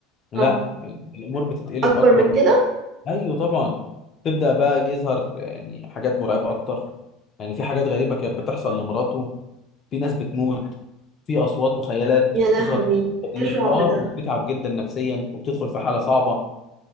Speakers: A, on the left; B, on the right.
A: لا
B: اه
A: ال- الأمور بتتقلب
B: اكبر
A: أكبر
B: من
A: من-
B: كده
A: أيوه طبعا تبدأ بقى يظهر يعني حاجات مرعبة أكتر يعني في حاجات غريبة كانت بتحصل لمراته في ناس بتموت في أصوات وخيالات
B: يا
A: بتظهر
B: لهوي
A: قدير
B: تشعر
A: أه
B: ده
A: وبتتعب جدا نفسيا وبتدخل في حالة صعبة